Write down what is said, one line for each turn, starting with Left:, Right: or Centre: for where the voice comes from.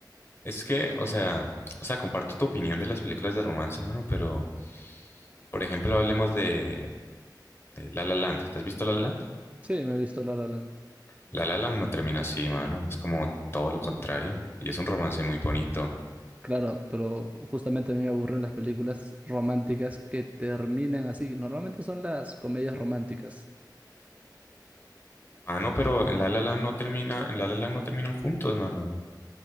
Left: Es que, o sea, o sea, comparto tu opinión de las películas de romance, mano, pero, por ejemplo, hablemos de eh, La La Land. ¿Te has visto La La Land?
Right: Sí, me he visto La La Land.
Left: La La Land no termina así, mano. Es como todo lo contrario. Y es un romance muy bonito.
Right: Claro, pero justamente a mí me aburren las películas románticas que terminan así. Normalmente son las comedias románticas.
Left: Mano, pero en La La Land no termina, en La La Land no terminan juntos, mano.